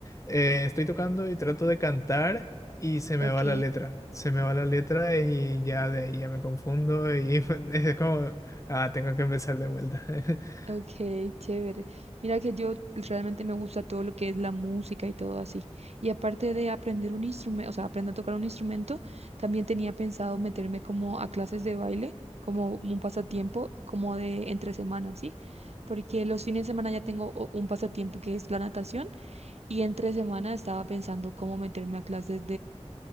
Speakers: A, on the left; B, on the right.
A: eh, estoy tocando y trato de cantar y se me
B: ok.
A: va la letra. Se me va la letra y ya de ahí ya me confundo y <laughs> es como, ah, tengo que empezar de vuelta. <laughs>
B: Ok, chévere. Mira que yo realmente me gusta todo lo que es la música y todo así. Y aparte de aprender un instrumento, o sea, aprender a tocar un instrumento, también tenía pensado meterme como a clases de baile, como un pasatiempo, como de entre semanas, ¿sí? Porque los fines de semana ya tengo o- un pasatiempo que es la natación y entre semana estaba pensando cómo meterme a clases